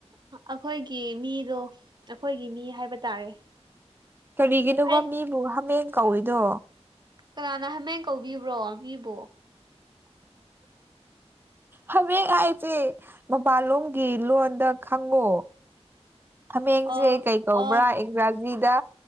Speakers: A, on the right; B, on the right.
A: ꯑꯩꯈꯣꯏꯒꯤ ꯃꯤꯗꯣ ꯑꯩꯈꯣꯏꯒꯤ ꯃꯤ ꯍꯥꯏꯕ ꯇꯥꯔꯦ
B: ꯀꯔꯤꯒꯤꯅꯣꯕ
A: ꯑꯩ
B: ꯃꯤꯕꯨ ꯍꯥꯃꯦꯡ ꯀꯧꯔꯤꯗꯣ
A: ꯀꯅꯥꯅ ꯍꯥꯃꯦꯡ ꯀꯧꯕꯤꯕ꯭ꯔꯣ ꯃꯤꯕ‌ꯣ
B: ꯍꯕꯦꯛ ꯍꯥꯏꯁꯦ ꯃꯄꯥꯟꯂꯣꯝꯒꯤ ꯂꯣꯟꯗ ꯈꯪꯉꯣ ꯍꯥꯃꯦꯡꯁꯦ
A: ꯑꯣ
B: ꯀꯩ ꯀꯧꯕ꯭ꯔꯥ
A: ꯑꯣ
B: ꯏꯪꯒ꯭ꯔꯥꯖꯤꯗ